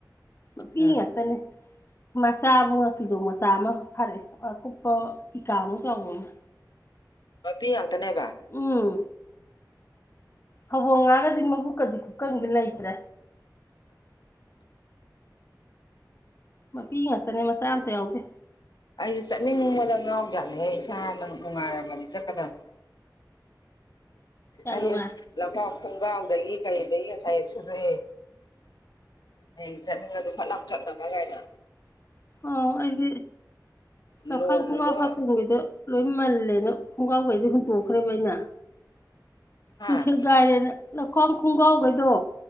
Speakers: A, on the left; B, on the left.
A: ꯃꯄꯤ
B: ꯍꯥ
A: ꯉꯥꯛꯇꯅꯦ ꯃꯆꯥꯕꯨ ꯉꯥꯀꯤꯖꯧ ꯃꯆꯥ ꯑꯃ ꯐꯥꯔꯛꯑꯦ ꯑꯀꯨꯞꯄ ꯏꯀꯥ ꯃꯨꯛ ꯆꯥꯎꯕ ꯑꯃ
B: ꯃꯄꯤ ꯉꯥꯛꯇꯅꯦꯕ
A: ꯎꯝ ꯐꯕꯧ ꯉꯥꯒꯗꯤ ꯃꯕꯨꯛꯀꯗꯤ ꯈꯨꯀꯪꯗꯤ ꯂꯩꯇ꯭ꯔꯦ ꯃꯄꯤ ꯉꯥꯛꯇꯅꯦ ꯃꯆꯥ ꯑꯝꯇ ꯌꯥꯎꯗꯦ
B: ꯑꯩꯁꯨ ꯆꯠꯅꯤꯡꯕꯗ ꯉꯥꯎ ꯖꯥꯠꯅꯤꯍꯦ ꯏꯁꯥ ꯅꯪ ꯅꯨꯡꯉꯥꯏꯔꯝꯃꯗꯤ ꯆꯠꯀꯗꯃꯤ
A: ꯌꯥꯝ
B: ꯑꯩ
A: ꯅꯨꯡꯉꯥꯏ
B: ꯂꯧꯈꯥꯎ ꯈꯨꯡꯒꯥꯎꯗꯒꯤ ꯀꯔꯤꯗꯒꯤ ꯉꯁꯥꯏ ꯁꯨꯗꯣꯛꯑꯦ ꯍꯌꯦꯡ ꯆꯠꯅꯤꯡꯉꯖꯨ ꯐꯠꯂꯥꯎ ꯆꯠꯅꯕ ꯌꯥꯏꯅ
A: ꯑꯣ ꯑꯩꯗꯤ ꯂꯧꯈꯥꯡ
B: ꯂꯣꯡꯒꯗꯣ
A: ꯈꯨꯡꯒꯥꯎ ꯍꯥꯞꯄꯂꯣꯏꯗ ꯂꯣꯏ ꯃꯥꯜꯂꯦꯅ ꯈꯣꯡꯒ꯭ꯔꯥꯎꯒꯩꯗꯤ ꯍꯨꯟꯇꯣꯛꯈ꯭ꯔꯦꯕ ꯑꯩꯅ
B: ꯍꯥ
A: ꯇꯨ ꯁꯦꯒꯥꯏꯔꯦꯅ ꯂꯧꯈꯥꯡ ꯈꯨꯡꯒꯥꯎꯒꯩꯗꯣ